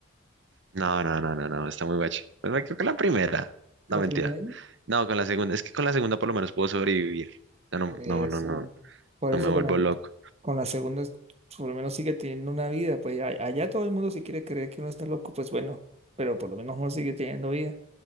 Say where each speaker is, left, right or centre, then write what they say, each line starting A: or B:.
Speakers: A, on the right; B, on the right.
A: No, no, no, no, no, está muy bache. Pues me quedo con la primera. No,
B: La
A: mentira.
B: primera,
A: No, con la segunda. Es que con la segunda por lo menos puedo sobrevivir. O sea, no,
B: por eso,
A: no, no, no,
B: por
A: no
B: eso
A: me vuelvo
B: con, el-
A: loco.
B: con la segunda, es- por lo menos sigue teniendo una vida. Pues a- allá todo el mundo si quiere creer que uno está loco, pues bueno, pero por lo menos uno sigue teniendo vida.